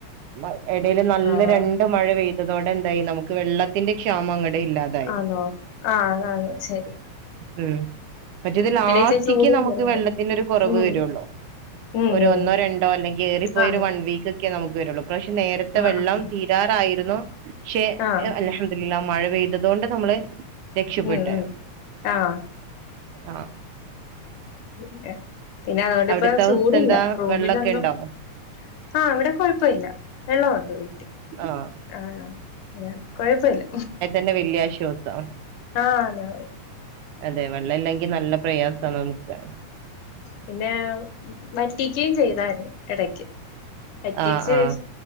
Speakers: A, on the right; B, on the left.
A: മ എടയിൽ നല്ല
B: ആഹ്
A: രണ്ട് മഴ പെയ്തതോടെ എന്തായി നമുക്ക് വെള്ളത്തിന്റെ ക്ഷാമം അങ്ങട് ഇല്ലാതെ
B: ആണോ ആഹ് ആഹ് ശെരി
A: ഉം മറ്റേത് ലാസ്റ്റിക്ക്
B: ഇച്ചിരി ചൂടും
A: നമുക്ക്
B: കുറഞ്ഞ്
A: വെള്ളത്തിന ഒരു കുറവ്
B: ഉം
A: വരുള്ളൂ.
B: ഉം
A: ഒരു
B: ഉം
A: ഒന്നോ രണ്ടോ അല്ലെങ്കിൽ ഏറിപ്പോയ
B: ആണോ
A: ഒരു വൺ വീക്ക് ക്കെ നമുക്ക് വരൊള്ളൂ പക്ഷെ നേരത്തെ
B: ആഹ്
A: വെള്ളം
B: ആഹ്
A: തീരാറായിരുന്നു ക്ഷെ
B: ആഹ്
A: അല്ഹം എല്ലാം മഴ പെയ്തത് കൊണ്ട് നമ്മള് രക്ഷപ്പെട്ട്
B: ഉം ഉം ആഹ്
A: ആഹ്
B: പിന്നെ പിന്നെ അതോണ്ട്പ്പ
A: അവിടുത്തെ
B: ചൂട്ല്ല.
A: അവസ്ഥ എന്താ
B: റൂമിലൊന്നും-
A: വെള്ളൊക്കെ ഉണ്ടോ
B: ആഹ ഇവിടെ കുഴപ്പമില്ല വെള്ളമുണ്ട് വീട്ടിൽ
A: ആഹ്
B: ആഹ. അ കൊഴപ്പല്ല.
A: ന്ന് വെള്ളിയാഴ്ചോസം.
B: ആഹ. ആന്ന് ആന്ന്
A: അതെ വെള്ളല്ലെങ്കി നല്ല പ്രയാസാ നമുക്ക്.
B: പിന്നെ വറ്റിക്കയും ചെയ്തായിരുന്നു, ഇടക്ക്. പറ്റിച്ച്.
A: ആഹ് ആഹ്